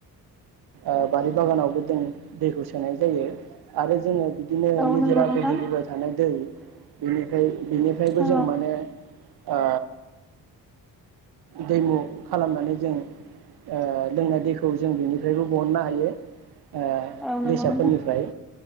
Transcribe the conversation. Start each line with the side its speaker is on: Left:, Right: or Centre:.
Right: ओ बारि बागानावबो जों दैखौ सोनाय जायो आरो जोङो बिदिनो
Centre: औ
Right: निजोरा
Centre: नंगौ नोंथां
Right: बोहैबोबाय थानाय दै बेनिफ्राय बेनिफ्रायबो
Centre: औ
Right: जों माने ओ दैमु खालामनानै जों ओ लोंनाय दैखौ जों बेनि <unintelligible> बहननो हायो आ
Centre: औ नंगौ
Right: दैसाफोरनिफ्राय
Centre: नोंथां